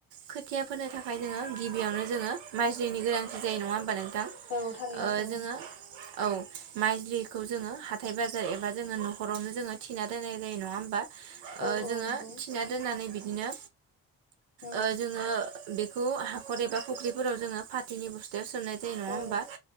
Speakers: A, on the right; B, on the left.
A: खोथिया फोनो थाखाय जोङो गिबियावनो जोङो माइल्जिनि गोनांथि जायो नङा होमबा नोंथां?
B: औ थारैनो
A: ओ
B: औ
A: जोङो औ माइल्जि खौ जोङो हाथाय बाजार एबा जोङो न'खरावनो जोङो थिना दोननाय जायो नङा होमबा? ओ
B: औ
A: जोङो
B: औ नंगौ
A: थिना दोननानै बिदिनो
B: औ
A: ओ जोङो बे खौ हाखर एबा फुख्रिफोराव जोङो पाथिनि बुस्थायावव सोनाय जे नङा होमबा
B: औ